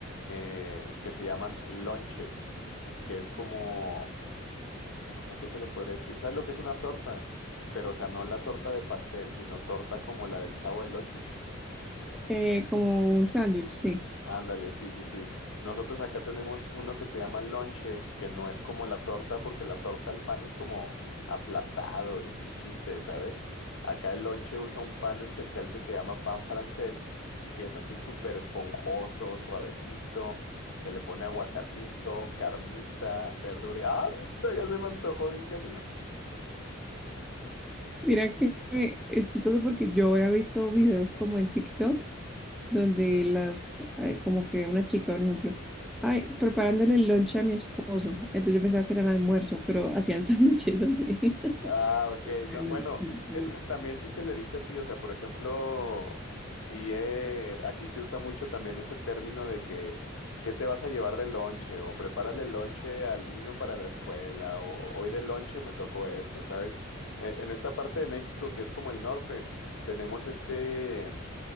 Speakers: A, on the left (about 85°); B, in the centre.
A: eh, que se llaman lonches, que es como... ¿Cómo que te lo podría escribir? ¿Sabes lo que es una torta? Pero, o sea, no la torta de pastel, sino torta como la del Chavo del Ocho.
B: Eh, como un sándwich, sí.
A: Ándale, sí, sí, sí. Nosotros acá tenemos uno que se llama lonche, que no es como la torta, porque la torta al pan es como aplastado y sin chiste, ¿sabes? Acá el lonche usa un pan especial que se llama pan francés, que es así súper esponjoso, suavecito. Se le pone aguacatito, carnita, verdura. ¡Anda! Ya se me antojó bien que
B: Mira que que es chistoso porque yo he visto videos como en TikTok donde las, ay, como que una chica, un ejemplo, ay, preparándole el lunch a mi esposo. Entonces yo pensaba que era el almuerzo, pero <laughs> hacían sándwiches así.
A: Ah, ok.
B: <laughs>
A: No,
B: Entonces,
A: bueno, es que también sí se le dice así, o sea, por ejemplo, sí, eh, aquí se usa mucho también ese término de que, ¿qué te vas a llevar de lonche? O prepárale el lonche al niño para la escuela, o hoy de lonche me tocó esto, ¿sabes? Eh, en esta parte de México, que es como el norte, tenemos este,